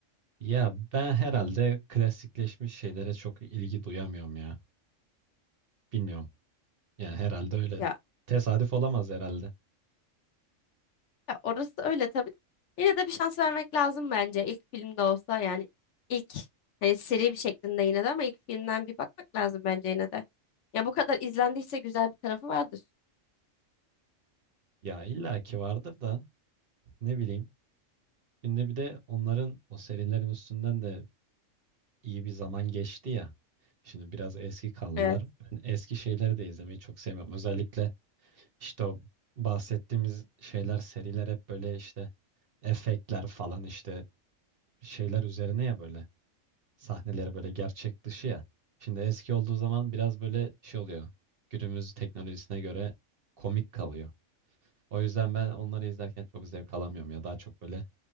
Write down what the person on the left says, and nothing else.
Ya,
ya orası öyle tabii. Yine de bir şans vermek lazım bence. İlk filmde olsa yani ilk hani seri bir şeklinde yine de ama ilk filmden bir bakmak lazım bence yine de. Ya bu kadar izlendiyse güzel bir tarafı vardır.
Evet.